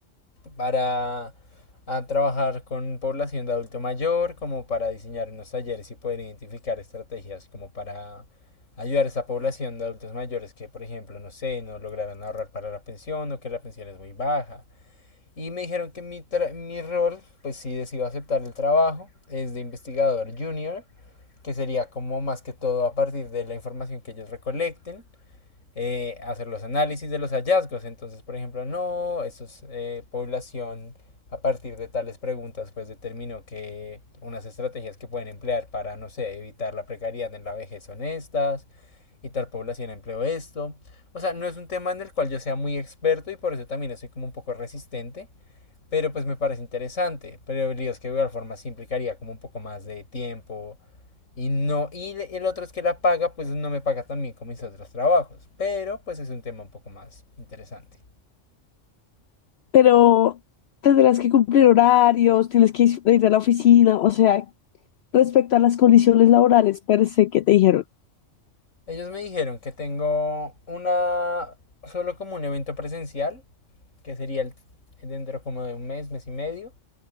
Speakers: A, on the left; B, on the left.
A: para a trabajar con población de adulto mayor, como para diseñar unos talleres y poder identificar estrategias como para ayudar a esa población de adultos mayores que, por ejemplo, no sé, no lograran ahorrar para la pensión o que la pensión es muy baja. Y me dijeron que mi, tra- mi rol, pues si decido aceptar el trabajo, es de investigador junior, que sería como más que todo a partir de la información que ellos recolecten eh, hacer los análisis de los hallazgos. Entonces, por ejemplo, no, eso es eh, población. A partir de tales preguntas, pues determinó que unas estrategias que pueden emplear para, no sé, evitar la precariedad en la vejez son estas, y tal población empleó esto. O sea, no es un tema en el cual yo sea muy experto y por eso también estoy como un poco resistente, pero pues me parece interesante. Pero el lío es que de igual forma sí implicaría como un poco más de tiempo, y no, y el otro es que la paga, pues no me paga tan bien como mis otros trabajos. Pero pues es un tema un poco más interesante.
B: pero tendrás que cumplir horarios, tienes que is- ir a la oficina, o sea, respecto a las condiciones laborales per se que te dijeron,
A: Ellos me dijeron que tengo una, solo como un evento presencial, que sería el- dentro como de un mes, mes y medio.